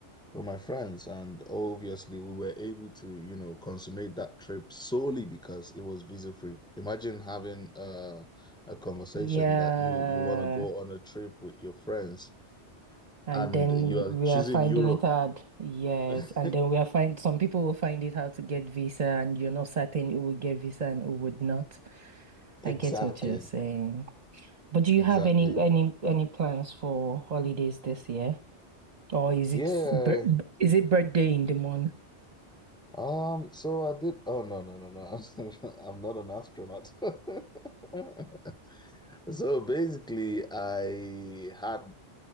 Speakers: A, in the centre; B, on the right.
A: with my friends. And obviously, we were able to, you know, consummate that trip solely because it was visa free. Imagine having a, a conversation
B: yeah.
A: that you you want to go on a trip with your friends
B: And
A: and
B: then
A: you are
B: we
A: choosing
B: are finding
A: Europe.
B: it hard. Yes.
A: <laughs>
B: And then we are find some people will find it hard to get visa and you're not certain who would get visa and who would not.
A: Exactly,
B: I get what you're saying. But do you
A: exactly.
B: have any any any plans for holidays this year? Or is
A: Yeah.
B: it s- bir- b- is it birthday in the morning?
A: Um, so I did. Oh no, no, no, no. <laughs> I'm not an astronaut. <laughs> So basically, I had